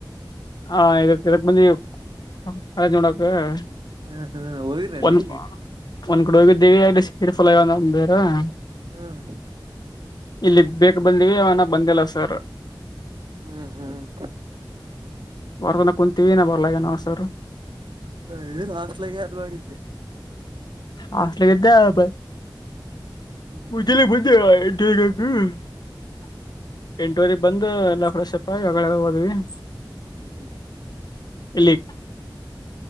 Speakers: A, on the left; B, on the right.
A: ಹಾ, ಇದಕ್, ಇದಕ್, ಇದಕ್ಕೆ ಬಾಂಧವೀ ಕಾಲೇಜು ನೋಡಕ್ಕೆ.
B: ಹ್ಮ್
A: <inaudible>
B: ಹ್ಮ್ ಹೋಗಿರೇನ್
A: ಒಂದ
B: ಈಗ
A: ಒಂದು ಗಳಿಗೆ ಇದ್ವಿ ಸರಿ. <inaudible> ಇದು ಫಾಲೋಯಿಂಗ್ ಅವನು ಬೇರೆ? <inaudible>
B: ಹ್ಮ್
A: ಇಲ್ಲಿ ಬೇಕಾ ಬೇಗ ಬಂದ್ವಿ ಅವನು ಬಂದಿಲ್ಲ ಸರ್? <inaudible>
B: ಹ್ಮ್, ಹ್ಮ್. <inaudible>
A: ವಾರ ಎಲ್ಲ ಕುಂತುವಿ ನಾ ಬರ್ಲಾ ಏನ ಸರ್? <inaudible>
B: ನಾನು, ಏನು, ಹಾಸ್ಟ್ಲಗೆ ಆರು ಮಾಡಿದ್ದೆ. <inaudible>
A: ಹಾಸ್ಟೆಲಿಗೆ ಇದ್ದೆ ಬಾ? <inaudible>
B: ಹ್ಮ್
A: ಮುಗಿಲ ಬುದ್ಧಿ ನೀನು ನಂಗೆ. <inaudible> ಎಂಟುವರೆ ಬಂದು ನಾವ್ ಫ್ರೆಷಕ್ಕಾಗಿ ಆಮೇಲೆ ಹೊಂದುವಿ. <inaudible>
B: ಹ್ಮ್. <inaudible>
A: ಇಲ್ಲಿ